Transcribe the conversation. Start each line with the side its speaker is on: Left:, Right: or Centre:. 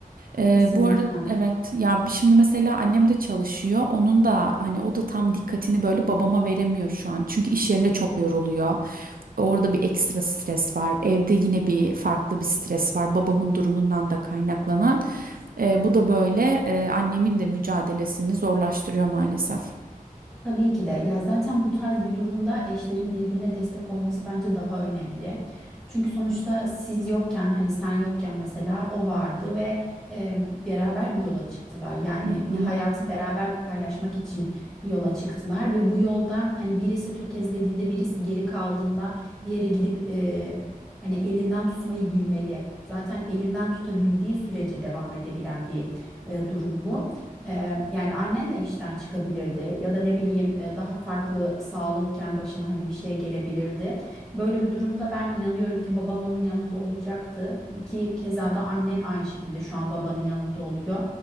Right: Ee,
Centre: Kesinlikle.
Right: bu arada evet ya şimdi mesela annem de çalışıyor. Onun da hani o da tam dikkatini böyle babama veremiyor şu an. Çünkü iş yerinde çok yoruluyor. Orada bir ekstra stres var. Evde yine bir farklı bir stres var. Babamın durumundan da kaynaklanan. Ee, bu da böyle e, annemin de mücadelesini zorlaştırıyor maalesef.
Centre: Tabii ki de. Ya zaten bu tarz bir durumda eşlerin birbirine destek olması bence daha önemli. Çünkü sonuçta siz yokken hani sen yokken mesela o vardı ve e, beraber bir yola çıktılar. Yani
Right: Hı
Centre: bir
Right: hı.
Centre: hayatı beraber paylaşmak için bir yola çıktılar ve bu yolda hani birisi tökezlediğinde birisi geri kaldığında diğeri gidip e, hani elinden tutmayı bilmeli. Zaten elinden tutabildiği sürece devam edebilen bir e, durum bu. Eee, yani annen de işten çıkabilirdi ya da ne bileyim e, daha farklı sağlığıken başına hani bir şey gelebilirdi. Böyle bir durumda ben inanıyorum ki baban onun yanında olacaktı ki keza da annen aynı şekilde şu an babanın yanında oluyor.